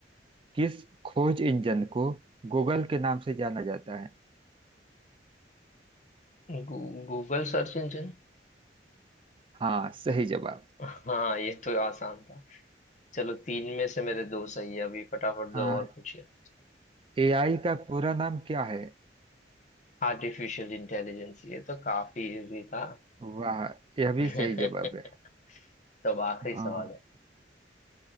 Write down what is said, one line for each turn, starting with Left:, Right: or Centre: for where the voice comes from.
Right: किस खोज इंजन को गूगल के नाम से जाना जाता है
Left: गू, गूगल सर्च इंजन
Right: हाँ सही जवाब
Left: हाँ ये तो आसान था चलो तीन में से मेरे दो सही है अभी फटाफट
Right: हाँ
Left: दो और पूछिए
Right: एआई का पूरा नाम क्या है
Left: आर्टिफिशियल इंटेलिजेंस ये तो काफी इजी था
Right: वाह यह भी
Left: <laughs>
Right: सही जवाब है
Left: तो अब आखिरी
Right: हाँ
Left: सवाल है